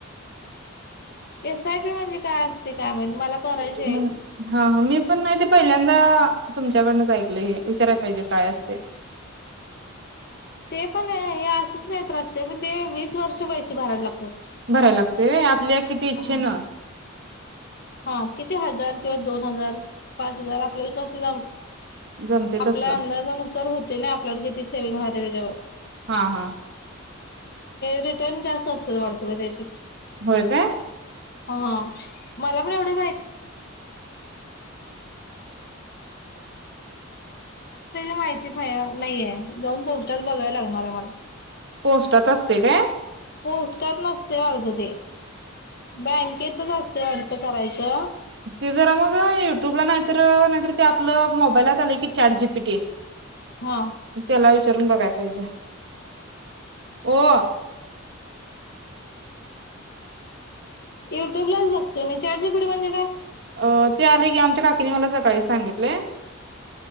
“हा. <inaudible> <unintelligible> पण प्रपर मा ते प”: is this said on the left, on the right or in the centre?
Left